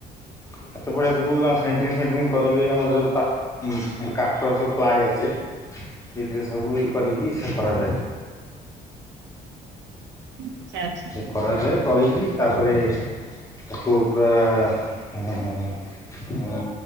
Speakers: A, on the left; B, on the right.
A: ଛାତ ପଡିବା ପୂର୍ବରୁ ତାଙ୍କ ସେଣ୍ଟ୍ରିଙ୍ଗ ଫେଣ୍ଟ୍ରିଙ୍ଗ କରିବେ ଆମର ଯୋଉ ପା ଉଁ ଆ କାଠର ସବୁ ପ୍ଲାଏ ଆସେ ସେଇଥିରେ ସବୁ ଇଏ କରିକି ସେ କରାଯାଏ।
B: ଉଁ ଆଛା ଆଛା।
A: କରାଯାଏ କରିକି ତାପରେ ତାକୁ ପୁରା <unintelligible> ଅଁ